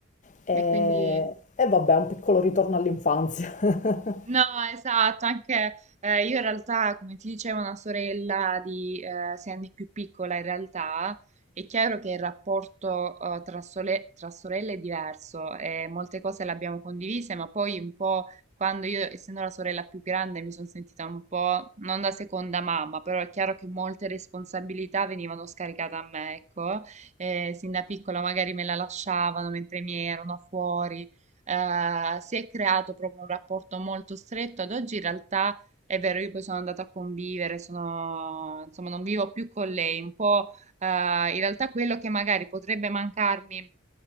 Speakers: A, on the left; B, on the right.
A: E,
B: E quindi...
A: e vabbè, un piccolo ritorno all'infanzia. <laughs>
B: No, esatto, anche eh, io in realtà, come ti dicevo, una sorella di eh, sei anni più piccola in realtà, è chiaro che il rapporto eh, tra, sole- tra sorelle è diverso e molte cose le abbiamo condivise, ma poi un po' quando io, essendo la sorella più grande, mi sono sentita un po' non da seconda mamma, però è chiaro che molte responsabilità venivano scaricate a me, ecco, Eh, sin da piccola magari me la lasciavano mentre mi erano fuori eh, si è creato proprio un rapporto molto stretto. Ad oggi in realtà è vero, io poi sono andata a convivere, sono, insomma, non vivo più con lei, un po' eh, in realtà quello che magari potrebbe mancarmi